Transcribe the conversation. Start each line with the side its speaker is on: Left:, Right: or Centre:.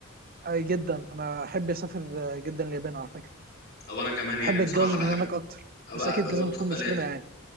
Right: آه، جدا انا احب اسافر آه، جدا اليابان على فكره
Left: او انا كمان يعني
Right: احب
Left: بصراحه
Right: اتجوز من
Left: بحب
Right: هناك
Left: أبقى-
Right: اكتر
Left: أبقى
Right: بس اكيد لازم
Left: التقاليد
Right: تكون مسلمه يعني